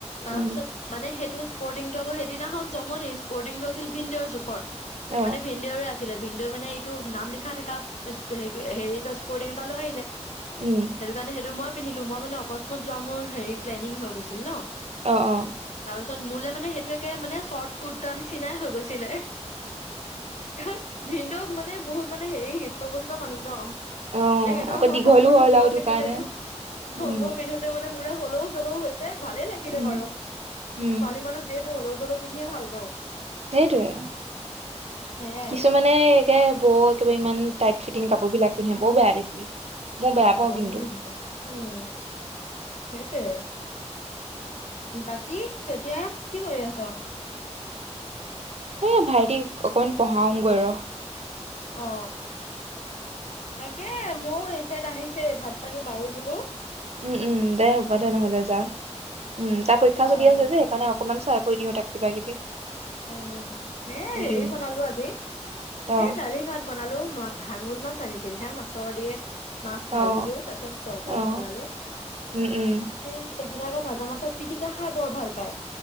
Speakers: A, on the left (about 75°); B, on the right (about 60°).
A: তাৰ
B: উম
A: পিছত মানে সেই ত' স্পৰ্টিংটো আকৌ সেইদিনাখন জমনি স্পৰ্টিং টো আছিল ভিনদৰ জোখৰ।
B: অ
A: মানে ভিনদেউৰে আছিলে। ভিনদেউ মানে এইটো নাম লিখা থকা হেৰি স্পটিং এটা লৈ আহিলে।
B: উম
A: সেইটো কাৰণে সেইটো মই পিন্ধিলো মই মানে অকস্মাত যোৱা মোৰ হেৰি প্লেনিং হৈ গৈছিল ন।
B: অ-অ।
A: তাৰপিছত মোলে মানে সেইটো একে মানে চৰ্ট কুৰ্তা নিচিনাই হৈ গৈছিলে। ক ভিনডেও মানে বহুত মানে হেৰি হৃষ্ট্য পুস্ত মানুহ ন?
B: অ
A: তেখেতৰ
B: আকৌ
A: হওক
B: দীঘলো
A: কাপোৰতটো
B: হ'ল
A: মই
B: আৰু তোৰ
A: পিন্ধোতেতো
B: কাৰণে উম
A: অ মই পিন্ধোতে মানে মোৰ হলৌ জলৌ হৈছে ভালে লাগিলে
B: উম
A: বাৰু ছোৱালী
B: উম
A: মানুহ যিহেতু হ'লেও জলো পিন্ধে ভাল পাওঁ।
B: সেইটোৱে
A: সেয়াই
B: কিছুমানে
A: আৰু
B: একে বৰ একেবাৰে ইমান। টাইত ফিটিং কাপোৰ বিলাক পিন্ধে
A: আহ
B: বৰ বেয়া দেখি মই
A: ভাল
B: বেয়া
A: নাপাওঁ
B: পাওঁ কিন্তু
A: জেনিবা উম সেইটোয়ে বাকী এতিয়া কি কৰি আছ?
B: এয়া ভাইটি অকমান পঢ়াওগৈ ৰ।
A: অ তাকে মই এখেত আহিছে ভাত পানী বাৰু বোলো।
B: উম উম দে হ'ব দে নহলে যা। উম তাৰ পৰীক্ষা
A: অ
B: চলি আছে যে সেইকাৰণে অকমান <unintelligible> কৈ দিওঁ তাক কিবা কিবি
A: উ সে
B: উম
A: হেৰি
B: উম
A: বনালো আজি
B: অ
A: সেই দালি ভাত বনালো ম ভাঙন মাছ আনিছিল হা মাছৰ দিয়ে মাছ
B: অ
A: ভাজিলো তাৰ পিছত তৰকাৰীও
B: অ
A: বনালো
B: উম উম
A: হে তেখেতে আকৌ ভাজা মাছৰ পিটিকা খাই বৰ ভাল পায়।